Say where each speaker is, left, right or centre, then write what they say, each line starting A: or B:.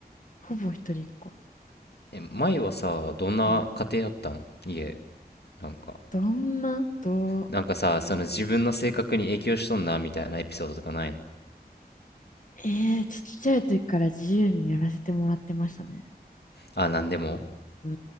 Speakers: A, on the left; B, on the left.
A: ほぼ一人っ子。
B: え、前はさ、どんな家庭やったん家、
A: うん
B: なんか。
A: どんな、どう、
B: なんかさ、その自分の性格に影響しとんなみたいなエピソードとかないの
A: ええちっちゃい時から自由にやらせてもらってましたね。
B: あ、なんでも
A: うー